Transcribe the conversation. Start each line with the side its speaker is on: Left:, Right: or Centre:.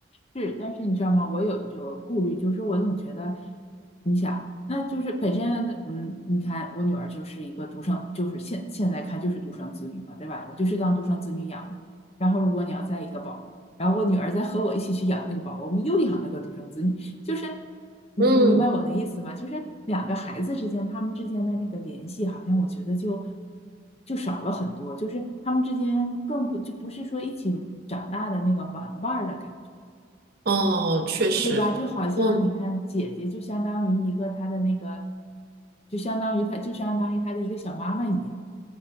Left: 是，但是你知道吗？我有一种顾虑，就是说我总觉得，你想，那就是本身，嗯，你看我女儿就是一个独生，就是现现在看就是独生子女嘛，对吧？我就是当独生子女养的。然后如果你要再一个宝宝，然后我女儿再和我一起去养那个宝宝，我们又养了个独生子女，就是你你明白我的意思吗？
Right: 嗯，
Left: 就是两个孩子之间，他们之间的那个联系，好像我觉得就就少了很多，就是他们之间更多，就不是说一起长大的那个玩伴儿的感觉。
Right: 哦，确实，
Left: 对吧？就好像你看，
Right: 嗯。
Left: 姐姐就相当于一个她的那个，就相当于她，就相当于她的一个小妈妈一样，